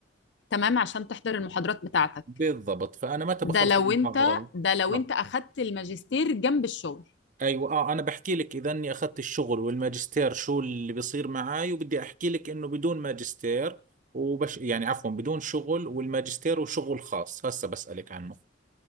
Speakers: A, on the left (about 65°); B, on the right (about 40°).
A: تمام عشان تحضر المحاضرات بتاعتك
B: بالضبط فأنا متى
A: ده
B: بخلص
A: لو
B: المحاضرات
A: انت ده لو
B: آه.
A: انت اخدت الماجستير جنب الشغل
B: ايوه اه انا بحكي لك اذا اني اخذت الشغل والماجستير شو اللي بيصير معاي وبدي احكي لك انه بدون ماجستير وبش يعني عفوا بدون شغل والماجستير وشغل خاص هسه بسألك عنه